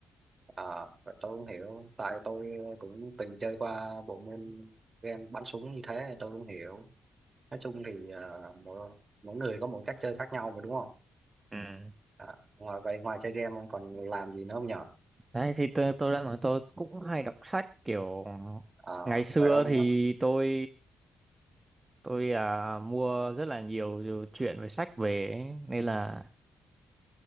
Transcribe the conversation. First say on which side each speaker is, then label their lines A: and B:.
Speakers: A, on the right (about 45°); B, on the right (about 30°).
A: À, vậy tôi không hiểu tại tôi ờ, cũng từng chơi qua bộ môn game bắn súng như thế tôi không hiểu nói chung thì à, mỗi, mỗi người có mỗi cách chơi khác nhau mà đúng không
B: ừ.
A: à, ngoài vậy ngoài chơi game ông còn làm gì nữa không nhở
B: Đấy thì tôi, tôi đã nói tôi cũng hay đọc sách kiểu
A: à,
B: ngày xưa
A: vậy ông
B: thì tôi tôi à, mua rất là nhiều nhiều chuyện về sách về ấy. nên là